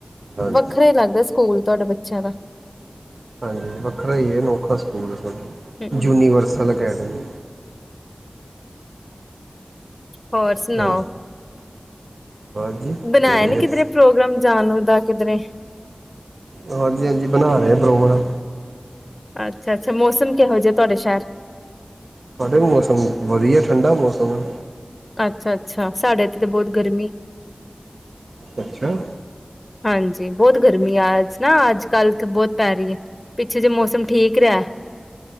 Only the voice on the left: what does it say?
ਵੱਖਰੇ ਲੱਗਦਾ ਸਕੂਲ। ਤੁਹਾਡੇ, ਬੱਚਿਆਂ ਦਾ
ਹੂੰ
<inaudible> ਹੋਰ ਸੁਣਾਓ?
ਬਣਾਇਆ
ਨੀ ਕਿਧਰੇ ਪ੍ਰੋਗਰਾਮ ਜਾਨ ਦਾ ਕਿਧਰੇ?
ਅੱਛਾ। ਅੱਛਾ। ਮੌਸਮ ਕਿਹੋ ਜਿਹਾ ਤੁਹਾਡੇ ਸ਼ਹਿਰ?
ਅੱਛਾ, ਅੱਛਾ, ਸਾਡੇ ਇੱਥੇ ਤਾਂ ਬਹੁਤ ਗਰਮੀ-'
ਹਾਂਜੀ। ਬਹੁਤ ਗਰਮੀ ਆ ਨਾ ਅੱਜ ਕੱਲ੍ਹ ਤ ਬਹੁਤ ਪੈ ਰਹੀ ਹੈ, ਪਿੱਛੇ ਜੇ ਮੌਸਮ ਠੀਕ ਰਿਹਾ